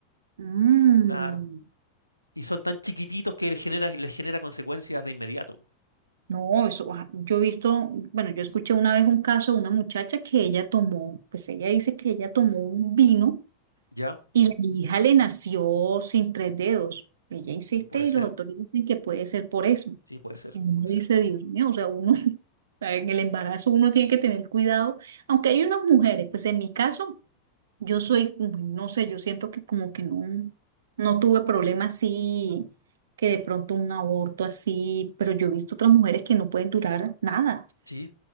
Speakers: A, on the right; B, on the right.
A: Mm.
B: claro. Y son tan chiquititos que les genera, les genera consecuencias de inmediato.
A: No, eso, ah, yo he visto, bueno, yo escuché una vez un caso de una muchacha que ella tomó, pues ella dice que ella tomó un vino
B: ¿Ya?
A: y la hija le nació sin tres dedos. Ella insiste
B: Y Puede
A: y
B: ser,
A: los doctores dicen que puede ser por eso.
B: sí, puede ser,
A: Y uno
B: puede ser.
A: dice, Dios mío, o sea, uno, <laughs> o sea, en el embarazo uno tiene que tener cuidado, aunque hay unas mujeres, pues en mi caso yo soy, mm, no sé, yo siento que como que no, no tuve problemas así, que de pronto un aborto así, pero yo he visto otras mujeres que no pueden durar nada.
B: Sí,